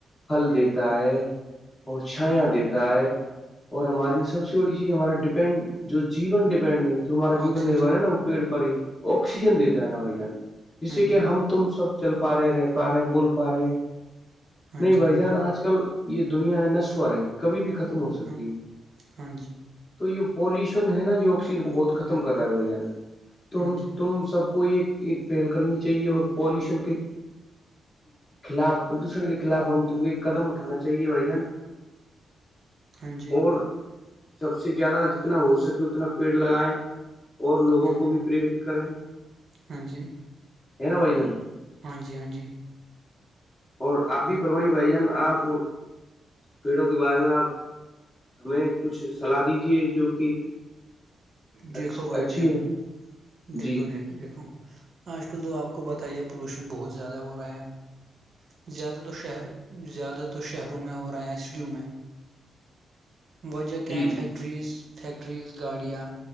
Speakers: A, on the left (about 20°); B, on the right (about 45°).
A: پھل دیتا ہے اور چھایاں
B: ہاں
A: دیتا ہے اور ہمارے لیے سب سے بڑی چیز ہمارا ڈپینڈ جو جیون ڈیپینڈ جو ہمارا جیون
B: آکسیجن
A: نربھر ہے نا وہ پیڑ پر ہی آکسیجن دیتا
B: ہاں جی
A: ہے نا بھائی جان جس
B: ہاں
A: سے کہ
B: جی
A: ہم تم سب چل پا رہے رہ پا رہے ہیں بول پا رہے ہیں
B: ہاں
A: نہیں
B: جی
A: بھائی
B: ہاں
A: جان
B: جی
A: آج کل یہ دنیا ہے نسوور ہے کبھی بھی ختم ہو سکتی
B: ہاں
A: ہے
B: ہاں جی
A: تو یہ پولوشن ہے نا یہ آکسی ان کو بہت ختم کر رہا ہے بھائی جان ت
B: ہاں جی
A: تم سب کو یہ ایک پہل کرنی چاہیے اور پالوشن کے خلاف پردوشن کے خلاف ہم تم کو ایک قدم اٹھانا چاہیے بھائی جان <unintelligible>
B: ہاں جی
A: اور سب سے زیادہ جتنا ہو سکے اتنا پیڑ لگائے اور لوگوں
B: ہاں
A: کو بھی پرییرت کریں
B: ہاں جی
A: ہے نا بھ جان
B: ہاں جی ہاں جی
A: اور آپ بھی فرمائیے بھائی جان آپ پیڑوں کے بارے میں آپ ہمیں کچھ صلاح دیجیے جو کہ اچ
B: جیھو بھائی
A: اچھی
B: جان
A: ہو
B: دیکھو
A: جی
B: دیکھو دیکھو آج کل تو آپ کو بتائیے پولوشن بہت زیادہ ہو رہا ہے زیادہ تر شہر زیادہ تر شہروں میں ہو رہے ہیں سٹیوں میں وجہ کہ
A: جی
B: ہیں فیکٹریز
A: جی
B: فیکٹریز گاڑیاں